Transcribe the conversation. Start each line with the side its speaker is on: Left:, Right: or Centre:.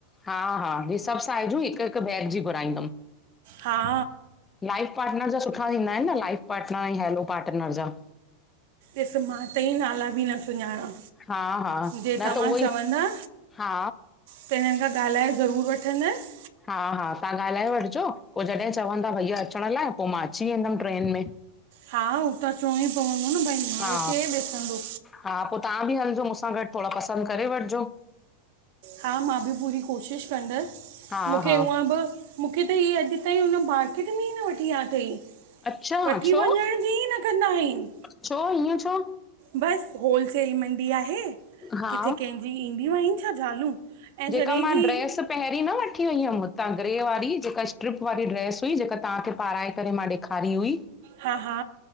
Left: हा हा ही सभ साइजूं हिक हिक बैग जी घुराईंदुम।
Right: हा
Left: लाइफ पार्टनर जा सुठा थींदा आहिन न लाइफ पार्टनर ऐं हैलो पार्टनर जा?
Right: ॾिस मां त ई नाला बि न सुञाणा।
Left: हा हा
Right: जे
Left: न
Right: तव्हां
Left: त उहोई
Right: चवंदा
Left: हा।
Right: त हिनन खां ॻाल्हाए ज़रूर वठंदस।
Left: हा हा तव्हां ॻाल्हाए वठजो पो जॾे चवंदा भईया अचण लाइ पोए पो मां अची वेंदम ट्रेन में।
Right: हा हू त अ चवणो ई पवंदो न भई माल
Left: हा
Right: खे ॾिसंदो।
Left: हा पो तव्हां बि हलजो मूंसां गॾ थोड़ा पसंद करे वठजो।
Right: हा मां बि पूरी कोशिशि कंदसि,
Left: हा
Right: मूंखे
Left: हा
Right: ऊअं बि मूंखे त हीअ अॼु ताईं हुन मार्केट में ई न वठी या तई,
Left: अच्छा
Right: वठी
Left: छो
Right: वञण जी ई न कंदा आहिनि।
Left: छो ईअं छो
Right: बसि होलसेल मंडी आहे,
Left: हा
Right: किथे कंहिंजी ईंदियूं आहिनि छा ज़ालूं? ऐं जॾहिं
Left: जेका मां
Right: की
Left: ड्रेस पहिरीं न वठी वई हुयमि हुतां ग्रे वारी जेका स्ट्रिप वारी ड्रेस हुई जेका तव्हांखे पाराए करे मां ॾेख खारी हुई,
Right: हा- हा।